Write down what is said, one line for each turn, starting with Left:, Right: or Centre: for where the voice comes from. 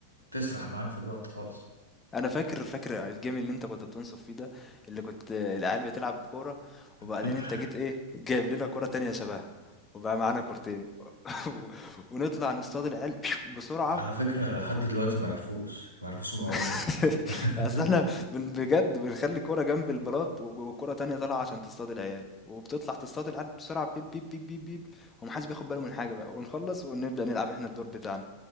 Right: تسرح معاك في الوقت خالص
Left: أنا فاكر فاكر الجيم اللي أنت كنت بتنصف فيه ده، اللي كنت العيال بتلعب كورة وبعدين
Right: <laughs>
Left: أنت جيت إيه، جايب لنا كورة تانية شبهها، وبقى معانا كورتين <laughs> و- ونطلع نصطاد العيال <laughs> بسرعة
Right: على فكرة لحد دلوقتي ما عرفوش ما عرفوش الموضوع
Left: <laughs>
Right: ده <laughs>
Left: أصل إحنا بن بجد بنخلّي كورة جنب البلاط و وكورة تانية طالعة عشان تصطاد العيال، وبتطلع تصطاد العيال بسرعة بيب، بيب، بيب، بيب، بيب، وما حدش بياخد باله من حاجة بقى، ونخلّص ونبدأ نلعب إحنا الدور بتاعنا،